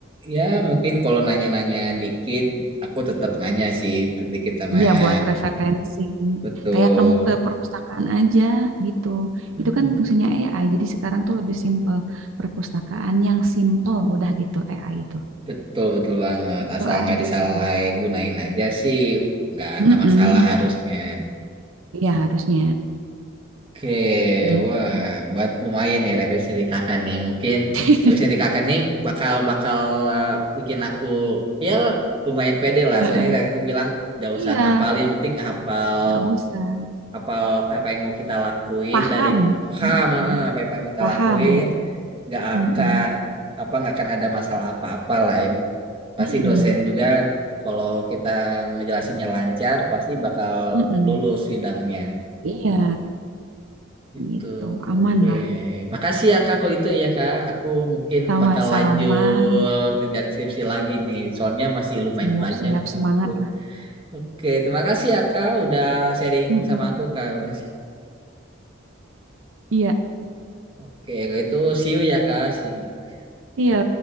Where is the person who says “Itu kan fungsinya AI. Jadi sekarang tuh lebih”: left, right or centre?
Right